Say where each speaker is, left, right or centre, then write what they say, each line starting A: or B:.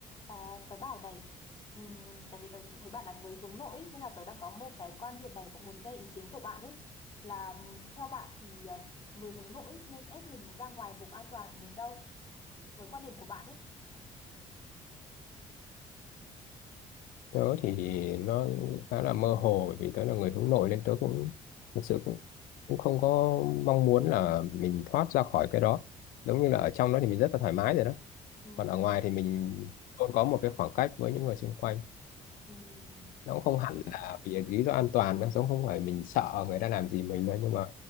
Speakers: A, on the left; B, on the left.
A: À, tớ bảo này ừm, tại vì tớ cũng thấy bạn là người hướng nội ý, nên là tớ đang có một cái quan điểm này cũng muốn nghe ý kiến của bạn ấy là ừm, theo bạn thì ờ, người hướng nội ý nên ép mình ra ngoài vùng an toàn đến đâu với quan điểm của bạn ấy
B: tớ thì nó khá là mơ hồ bởi vì tớ là người hướng nội nên tớ cũng thực sự cũng cũng không có mong muốn là mình thoát ra khỏi cái đó giống như là ở trong đó thì mình rất là thoải mái rồi đó
A: ừm,
B: còn ở ngoài thì mình luôn có một cái khoảng cách với những người xung quanh
A: ừm,
B: nó cũng không hẳn là vì lý do an toàn nó giống không phải mình sợ người ta làm gì mình nữa nhưng mà